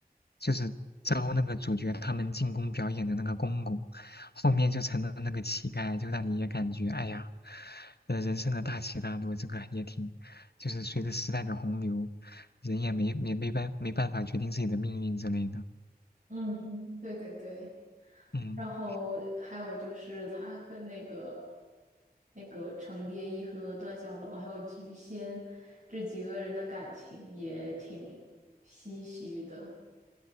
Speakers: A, on the left; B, on the right.
A: 就是招那个主角他们进宫表演的那个公公，后面就成了那个乞丐，就让你也感觉哎呀，呃，人生的大起大落，这个也挺，就是随着时代的洪流，人也没也没办没办法决定自己的命运之类的，
B: 嗯，对对对。
A: 嗯。
B: 然后还有就是他跟那个那个程蝶衣和段小楼还有菊仙这几个人的感情也挺唏嘘的。